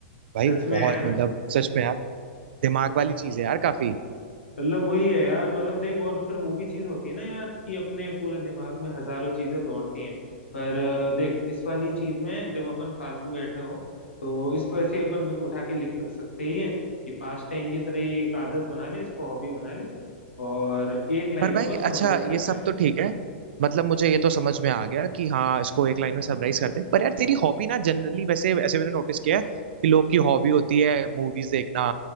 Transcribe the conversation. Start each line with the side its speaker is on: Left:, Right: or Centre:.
Right: भाई
Left: सच में
Right: बहुत
Left: यार
Right: मतलब सच में यार दिमाग वाली चीज है यार काफी
Left: मतलब वही है यार मतलब देख और फिर वो भी चीज होती है ना यार कि अपने पूरे दिमाग में हजारों चीजें दौड़ती हैं पर अ, देख इस वाली चीज में जब अपन फालतू बैठे हो तो इसको ऐसे ही अपन उठा के लिख लिख सकते ही हैं कि पास्ट टाइम की तरह ये एक आदत बना ले इसको हॉबी बना ले और एक लाइन
Right: पर भाई
Left: में बस समराइज
Right: अच्छा
Left: करते
Right: ये सब
Left: हैं
Right: तो ठीक है मतलब मुझे ये तो समझ में आ गया कि हाँ इसको एक लाइन में समराइज करते हैं पर यार तेरी हॉबी ना जनरली वैसे ऐसे मैंने नोटिस किया है कि लोग की हॉबी होती है मूवीज देखना